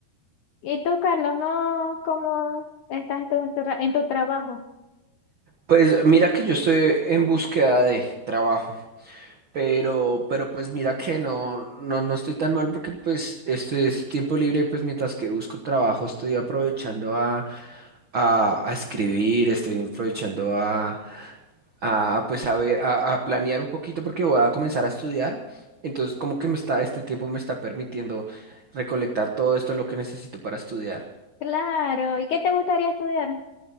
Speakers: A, on the left (about 75°); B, on the right (about 65°).
A: ¿Y tú, Carlos, no? ¿Cómo estás tú en tu, tra- en tu trabajo?
B: Pues mira que yo estoy en búsqueda de trabajo. Pero, pero pues mira que no, no, no estoy tan mal porque pues este, este tiempo libre, pues mientras que busco trabajo, estoy aprovechando a, a, a escribir, estoy aprovechando a, a pues a ver, a, a planear un poquito porque voy a comenzar a estudiar. Entonces, como que me está, este tiempo me está permitiendo recolectar todo esto lo que necesito para estudiar.
A: Claro. ¿Y qué te gustaría estudiar?